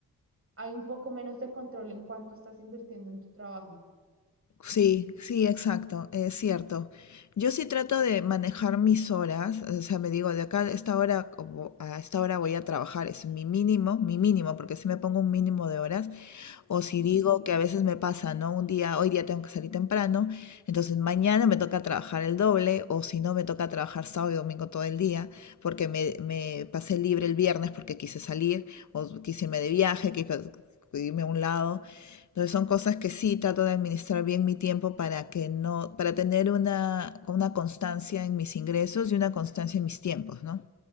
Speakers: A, on the right; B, on the left.
A: hay un poco menos de control en cuánto estás invirtiendo en tu trabajo.
B: Sí, sí, exacto, es cierto. Yo sí trato de manejar mis horas, o sea, me digo, de acá a esta hora, como a esta hora voy a trabajar, es mi mínimo, mi mínimo, porque si me pongo un mínimo de horas, o si
A: Ujú,
B: digo que a veces me pasa, ¿no? Un día, hoy día tengo que salir temprano, entonces mañana me toca trabajar el doble, o si no, me toca trabajar sábado y domingo todo el día, porque me, me pasé libre el viernes porque quise salir, o quise irme de viaje, quise irme a un lado. Entonces son cosas que sí trato de administrar bien mi tiempo para que no, para tener una, una constancia en mis ingresos y una constancia en mis tiempos, ¿no?